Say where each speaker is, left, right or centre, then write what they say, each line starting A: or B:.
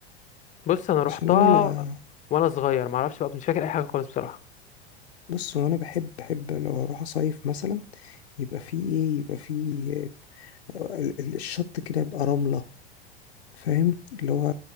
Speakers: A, on the left; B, on the left.
A: بص انا روحتها
B: عشان انا لا
A: وانا صغير معرفش بقى مش فاكر اي حاجه خالص بصراحه
B: بص هو انا بحب بحب لو اروح اصيف مثلا يبقى فيه ايه يبقى فيه آه، ال- ال- الشط كده يبقى رملة فاهم اللي هو